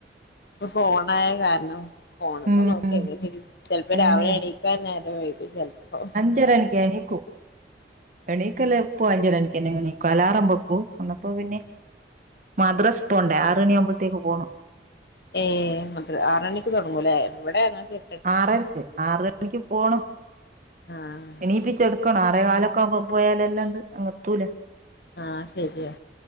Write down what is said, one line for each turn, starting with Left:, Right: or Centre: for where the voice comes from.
Left: ഇപ്പൊ ഫോണായ കാരണം. ഫോണ്
Right: ഉം
Left: മെ നോക്കിങ്ങനെ <unintelligible> ചെലപ്പോ
Right: അങ്ങനെ
Left: രാവിലെ എണീക്കാൻ നേരംവൈകും ചെലപ്പോ.
Right: <unintelligible> ണീക്കും എണീക്കല് പ്പോ അഞ്ചരണിക്കന്നെ ങ്ങട് എണീക്കും അലാറം വെക്കും അന്നപ്പൊ പിന്നെ മദ്രസ് പോണ്ടെ ആറുഅണിയാവുമ്പതേക്ക് പോണം.
Left: ഏഹ്, മദ് ആറണിക്ക് തുടങ്ങൂലേ, ഇവിടെ ഞങ്ങക് എ
Right: ആറരക്ക് ആറുമണിക്ക് പോണം
Left: ആഹ്
Right: എണീപ്പിച്ചെടുക്കണം ആറേകാലൊ കാവുമ്പോ പോയാലെല്ലാംണ്ട് അങ്ങത്തൂല
Left: ആഹ്, ശരിയാ